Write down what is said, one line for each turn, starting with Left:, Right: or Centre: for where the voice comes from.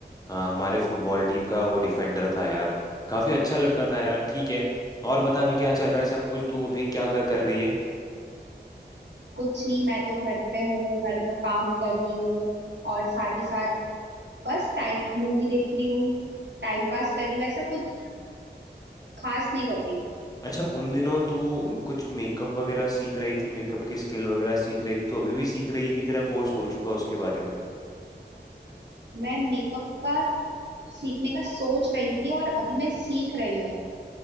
Left: हाँ हमारे फुटबॉल टीम का वो डिफेंडर था यार काफी अच्छा लड़का था यार ठीक है और बता भी क्या चल रहा है सब कुछ तू अभी क्या कर, कर रही है
Right: कुछ नहीं मैं तो घर पे हूँ घर का काम कर रही हूँ और साथ ही साथ बस टाइम मूवी देख रही हूँ टाइम पास कर रही हूँ ऐसा कुछ खास नहीं कर रही हूँ
Left: अच्छा उन दिनों तू कुछ मेकअप वगैरह सीख रही थी मेकअप की स्किल वगैरह सीख रही थी, तू अभी भी सीख रही है कि तेरा कोर्स हो चुका है उसके बारे में
Right: मैं मेकअप का सीखने का सोच रही थी और अभी मैं सीख रही हूँ